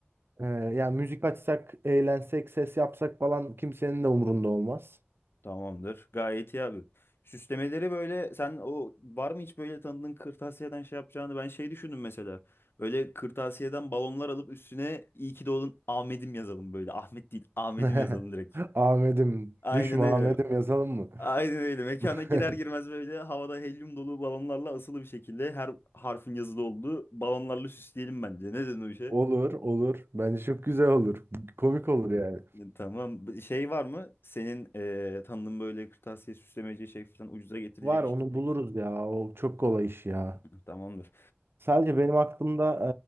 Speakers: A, on the right; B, on the left.
A: E, yani müzik açsak, eğlensek, ses yapsak falan kimsenin de umurunda olmaz.
B: Tamamdır. Gayet iyi abi. Süslemeleri böyle sen o var mı hiç böyle tanıdığın kırtasiyeden şey yapacağını ben şey düşündüm mesela. Böyle kırtasiyeden balonlar alıp üstüne iyi ki doğdun Ahmet'im yazalım böyle. Ahmet değil Ahmet'im
A: <laughs>
B: yazalım direkt.
A: Ahmet'im,
B: Aynen
A: düşme
B: öyle.
A: Ahmet'im yazalım mı?
B: Aynen öyle. Mekana
A: <laughs>
B: girer girmez böyle havada helyum dolu balonlarla asılı bir şekilde her harfin yazılı olduğu balonlarla süsleyelim bence. Ne dedin o işe?
A: Olur, olur. Bence çok güzel olur. Komik olur yani.
B: Tamam. B- Şey var mı? Senin eee tanıdığın böyle kırtasiye süslemeci şey falan ucuza getirecek.
A: Var onu buluruz ya. O çok kolay iş ya.
B: Tamamdır.
A: Sadece benim aklımda